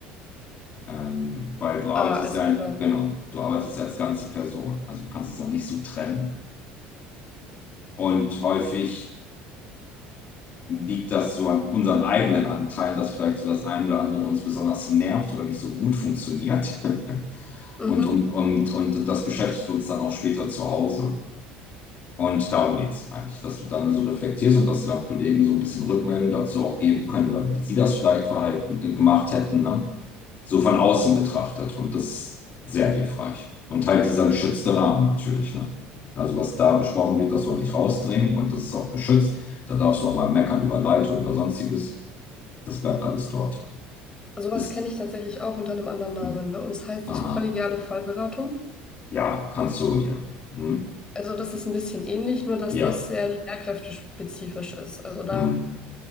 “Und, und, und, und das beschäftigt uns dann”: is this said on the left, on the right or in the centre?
Left